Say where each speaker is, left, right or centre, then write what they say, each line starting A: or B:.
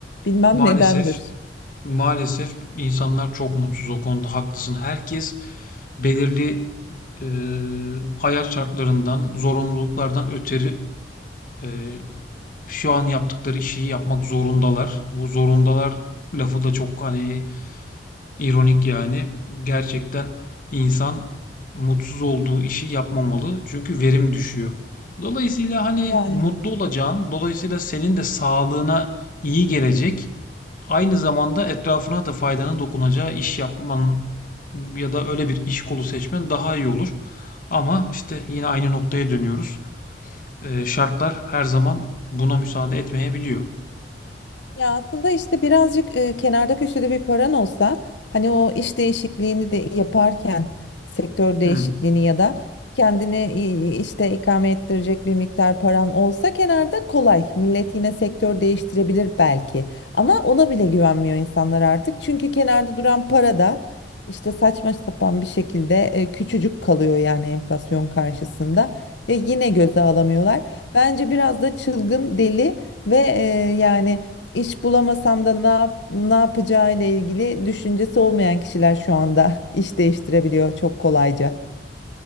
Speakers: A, on the left; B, on the left.
A: Bilmem
B: Maalesef,
A: nedendir.
B: maalesef insanlar çok mutsuz o konuda haklısın. Herkes belirli e, hayat şartlarından, zorunluluklardan ötürü Ee, şu an yaptıkları işi yapmak zorundalar. Bu zorundalar lafı da çok hani ironik yani. Gerçekten insan mutsuz olduğu işi yapmamalı. Çünkü verim düşüyor. Dolayısıyla hani
A: Ya
B: mutlu olacağın, dolayısıyla senin de sağlığına iyi gelecek, aynı zamanda etrafına da faydanın dokunacağı iş yapman ya da öyle bir iş kolu seçmen daha iyi olur. Ama işte yine aynı noktaya dönüyoruz. Ee, şartlar her zaman buna müsaade etmeyebiliyor.
A: Ya aslında işte birazcık e, kenarda köşede bir paran olsa hani o iş değişikliğini de yaparken sektör değişikliğini
B: Hmm.
A: ya da kendini e, işte ikame ettirecek bir miktar paran olsa kenarda kolay. Millet yine sektör değiştirebilir belki ama ona bile güvenmiyor insanlar artık. Çünkü kenarda duran para da işte saçma sapan bir şekilde e, küçücük kalıyor yani enflasyon karşısında. E, yine göze alamıyorlar. Bence biraz da çılgın, deli ve e, yani İş bulamasam da ne yap, ne yapacağı ile ilgili düşüncesi olmayan kişiler şu anda <laughs> iş değiştirebiliyor çok kolayca.